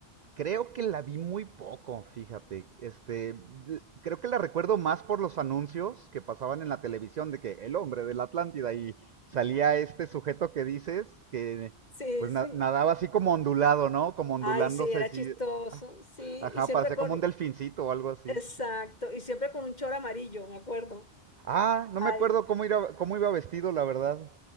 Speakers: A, on the right (about 60°); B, on the left (about 35°).
A: Creo que la vi muy poco, fíjate. Este, d- creo que la recuerdo más por los anuncios que pasaban en la televisión de que el hombre de la Atlántida y salía este sujeto que dices que
B: Sí,
A: pues
B: sí.
A: na- nadaba así como ondulado, ¿no? Como ondulándose
B: Ay, sí, era
A: así.
B: chistoso, sí,
A: Ajá,
B: y siempre
A: parecía
B: con,
A: como un delfincito o algo así.
B: exacto, y siempre con un chor amarillo, me acuerdo.
A: Ah, no
B: Ay,
A: me acuerdo cómo iba, cómo iba vestido, la verdad.